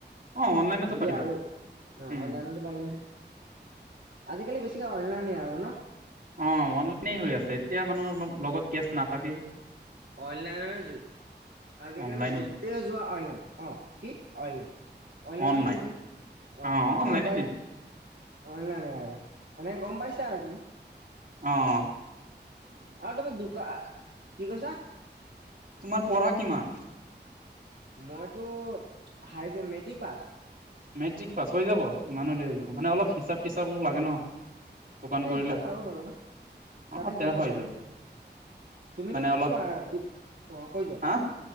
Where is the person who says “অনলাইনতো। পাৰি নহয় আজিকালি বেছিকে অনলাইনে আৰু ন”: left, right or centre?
Right